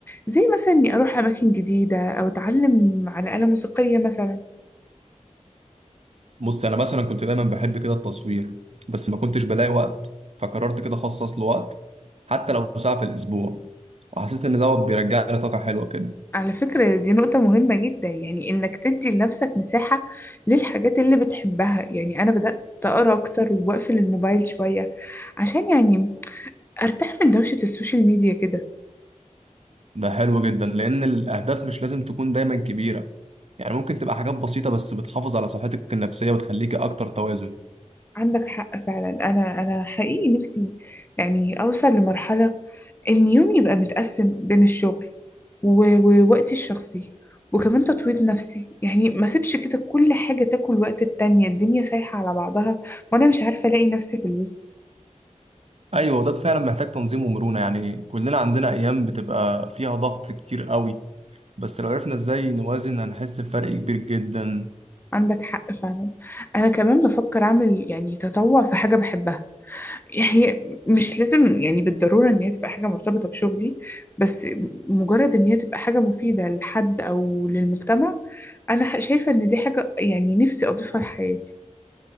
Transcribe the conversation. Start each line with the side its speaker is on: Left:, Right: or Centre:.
Left: زي مثلا إني أروح أماكن جديدة أو أتعلم على آلة موسيقية مثلا
Right: بص انا مثلا كنت دايما بحب كده التصوير بس ما كنتش بلاقي وقت فقررت كده اخصص له وقت حتى لو ساعة في الاسبوع وحسيت ان دوت بيرجع لي طاقة حلوة كده
Left: على فكرة دي نقطة مهمة جدا يعني إنك تدي لنفسك مساحة للحاجات اللي بتحبها يعني أنا بدأت أقرأ أكتر وأقفل الموبايل شوية عشان يعني أرتاح من دوشة السوشيال ميديا كده
Right: ده حلو جدا لان الاهداف مش لازم تكون دايما كبيرة يعني ممكن تبقى حاجات بسيطة بس بتحافظ على صحتك النفسية وتخليك اكتر توازن
Left: عندك حق فعلا أنا أنا حقيقي نفسي يعني أوصل لمرحلة إن يومي يبقى متقسم بين الشغل و- ووقتي الشخصي وكمان تطوير نفسي يعني ما سيبش كده كل حاجة تاكل وقت التانية الدنيا سايحة على بعضها وأنا مش عارفة ألاقي نفسي في الوسط
Right: ايوه وده فعلا محتاج تنظيم ومرونة يعني كلنا عندنا ايام بتبقى فيها ضغط كتير قوي بس لو عرفنا ازاي نوازن هنحس بفرق كبير جدا
Left: عندك حق فعلا انا كمان بفكر اعمل يعني تطوع في حاجه بحبها هي مش لازم يعني بالضروره ان هي تبقى حاجه مرتبطه بشغلي بس مجرد ان هي تبقى حاجه مفيده لحد او للمجتمع انا ح- شايفه ان دي حاجه يعني نفسي اضيفها لحياتي